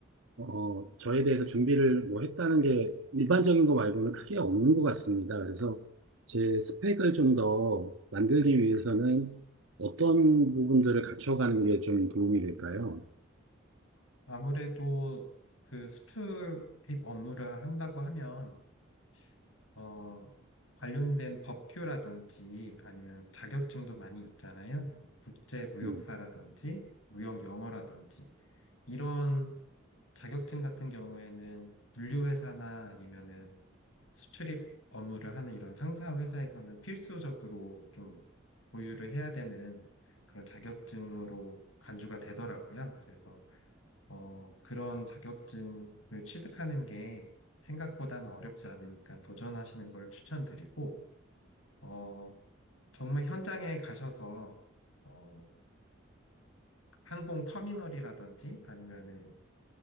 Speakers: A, on the right (about 80°); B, on the left (about 90°).
A: 어, 저에 대해서 준비를 뭐 했다는 게 일반적인 거 말고는 크게 없는 것 같습니다. 그래서 제 스펙을 좀 더 만들기 위해서는 어떤 부분들을 갖춰가는 게 좀 도움이 될까요?
B: 아무래도 그 수출입 업무를 한다고 하면 어, 관련된 법규라든지 아니면 자격증도 많이 있잖아요. 뭐 국제 무역사라든지
A: 뭐,
B: 무역 영어라든지 이런 자격증 같은 경우에는 물류회사나 아니면은 수출입 업무를 하는 이런 상사 회사에서는 필수적으로 좀 보유를 해야 되는 그런 자격증으로 간주가 되더라고요. 그래서 어, 그런 자격증을 취득하는 게 생각보다는 어렵지 않으니까 도전하시는 걸 추천드리고 어, 정말 현장에 가셔서 어, 항공 터미널이라든지 아니면은